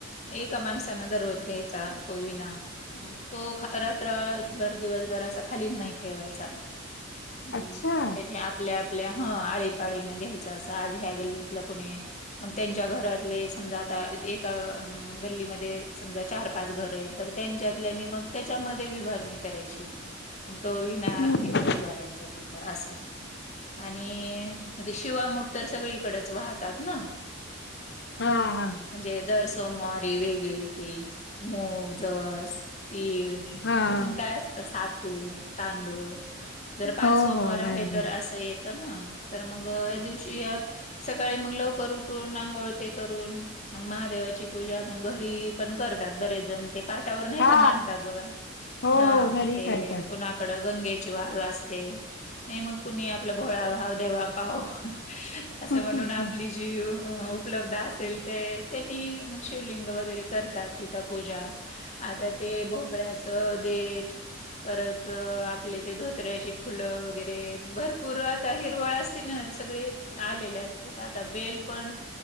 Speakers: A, on the left; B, on the left.
A: एका माणसानं दररोज घ्यायचा तो विना. मग तो रात्रभर दिवसभर असा खालीच नाही ठेवायचा. हम्म!
B: अच्छा
A: त्यारी आपल्या आपल्या ह आळीपाळीनं घ्यायचं असं आज ह्या गल्लीतलं कोणी, मग त्यांच्या घरातले समजा आता एका गल्लीमध्ये, समजा चार पाच घर आहे तर त्यांच्यातल्याने मग त्याच्यामध्ये विभागणी करायची. तो विना
B: हम्म
A: घेऊन उभं राहायच तिथं असं आणि.... शिवामूठ तर सगळीकडेच वाहतात ना.
B: हा हा
A: म्हणजे, सोमवारीे वेगळी येती मूग, जवस, तीळ
B: हा
A: अजून काय अस सातू, तांदूळ जर पाच
B: हो
A: सोमोवार
B: हो
A: आले
B: बरोबर
A: तर असं येत ना तर मग या दिवशी सकाळी मग लवकर उठून आंघोळ ते करून. मग महादेवाची पूजा घरी पण करतात बरेच जण ते, पाठावर नाही
B: हा
A: का मडतात बघा,
B: हो
A: हा
B: हो घरी
A: ते
B: करतात
A: कोणा कडं गंगेची वाल वा असते. नाही मग कुणी आपला भोळा भाव देवा पाव असं
B: हम्म
A: म्हणून,
B: हम्म
A: आपली जी उपलब्ध असेल ते त्यांनी मग शिवलिंग वगैरे करतात तिथं पूजा. आता ते भोपळ्याचं देट परत आपले ते धोत्र्याची फुलं वगैरे भरपूर आता हिरवळ असत. सगळे आलेले अस आता बेल पण